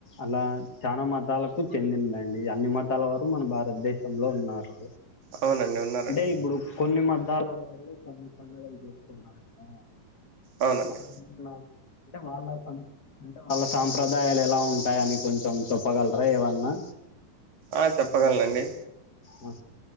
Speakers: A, on the left; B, on the right.
A: అలా చానా మతాలకు చెందిందండి అన్ని మతాల వారు మన భారతదేశంలో ఉన్నారు
B: అవునండి ఉన్నారండి
A: అంటే ఇప్పుడు కొన్ని మద్దాల వాళ్ళు కొన్ని పండుగలు చేసుకుంటారు కదా
B: అవునండి
A: అన్నా అంటే వాళ్ళ సం అంటే వాళ్ళ సాంప్రదాయాలు ఎలా ఉంటాయని కొంచెం చెప్పగలరా ఏవన్నా
B: ఆ చెప్పగలనండి
A: ఆఓ